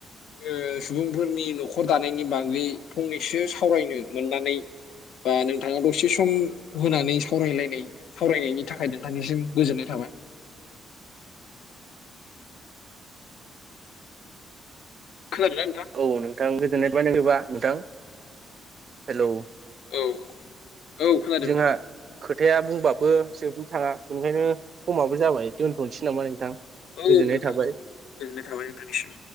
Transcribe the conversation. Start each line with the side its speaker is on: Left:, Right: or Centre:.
Left: ओ सुबुंफोरनि न'खर दानायनि बागै फंनैसो सावरायनो मोननानै बा नोंथाङा दसे सम होनानै सावरायलायनाय सावरायनायनि थाखाय नोंथांनिसिम गोजोननाय थाबाय। खोनादोंना नोंथां
Right: औ नोंथां गोजोननाय बानायगौबा नोंथां हेलौ
Left: औ औ खोनादों
Right: जोंहा
Left: नोंथां
Right: खोथाया बुंबाबो जोबनो थाङा ओंखायनो समाबो जाबाय दोनथ'नोसै नामा नोंथां
Left: औ
Right: गोजोननाय
Left: नोंथां
Right: थाबाय।
Left: गोजोननाय थाबाय नोंथांनिसिम।